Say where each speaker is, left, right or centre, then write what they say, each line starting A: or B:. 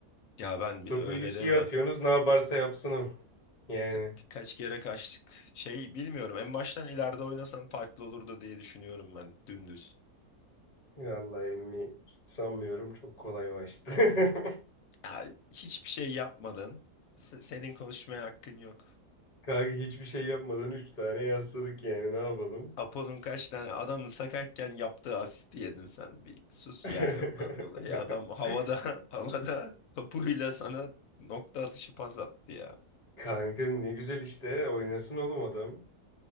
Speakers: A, on the left (about 70°); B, on the left (about 40°).
A: Ya ben bi-
B: Topu
A: öyle
B: Yusi'ye
A: deme.
B: atıyorsunuz ne yaparsa yapsın o. Yani
A: Ka- birkaç kere kaçtık. Şey bilmiyorum en baştan ileride oynasam farklı olurdu diye düşünüyorum ben dümdüz.
B: vallahi emmi hiç sanmıyorum çok kolay maçtı. <laughs>
A: Ya, hiçbir şey yapmadın. Se- senin konuşmaya hakkın yok.
B: Kanka hiçbir şey yapmadan 3 tane yasladık yani ne yapalım?
A: Apo'nun kaç tane adamın sakatken yaptığı asisti yedin sen. Bir sus
B: <laughs>
A: yani ondan dolayı. Adam havada <laughs> havada topuyla sana nokta atışı pas attı ya.
B: Kanka ne güzel işte oynasın oğlum adam.